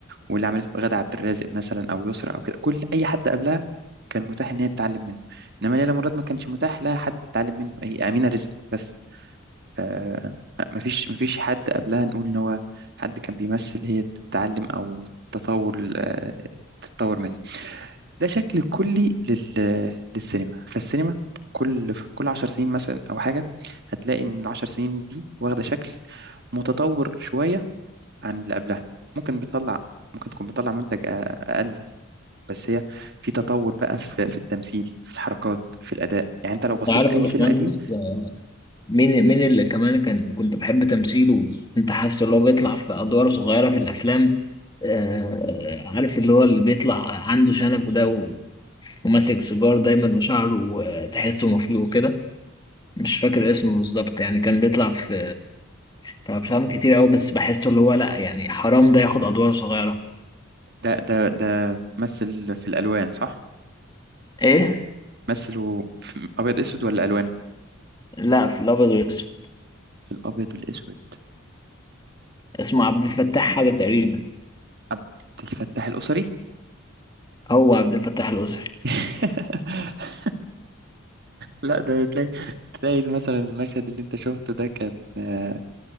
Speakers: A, on the right; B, on the left.
A: واللي عملته غادة عبد الرازق مثلا او يسرا او كده كل اي حد قبلها كان متاح ان هي تتعلم منه انما ليلى مراد ما كانش متاح لها حد تتعلم منه هي امينه رزق بس آه، مفيش مفيش حد قبلها نقول إن هو حد كان بيمثل هي تتعلم أو تطور آه، تتطور منه ده شكل كلي لل- للسينما فالسينما كل كل عشر سنين مثلا أو حاجة هتلاقي إن العشر سنين دي واخدة شكل متطور شوية عن اللي قبلها ممكن بتطلع ممكن تكون بتطلع منتج أ- أقل بس هي في تطور بقى في في التمثيل في الحركات في الأداء يعني أنت لو بصيت
B: عارف
A: لأي
B: يا باشمهندس
A: فيلم قديم
B: مين مين اللي كمان كان كنت بحب تمثيله كنت حاسس اللي هو بيطلع في أدوار صغيرة في الأفلام آه عارف اللي هو اللي بيطلع عنده شنب وده و- وماسك سيجار دايما وشعره آه، تحسه مفلوق كده مش فاكر اسمه بالظبط يعني كان بيطلع في في أفلام كتير أوي بس بحسه اللي هو لأ يعني حرام ده ياخد أدوار صغيرة
A: ده ده ده مثل في الألوان صح؟
B: إيه؟
A: مثل في ابيض اسود ولا الوان
B: لأ في الأبيض والأسود
A: في الابيض والاسود
B: اسمه عبد الفتاح حاجة تقريبا
A: عبد الفتاح الاسري
B: هو عبد الفتاح الأسري
A: <laughs> لا ده تلاقي تلاقي مثلا المشهد اللي انت شفته ده كان آه،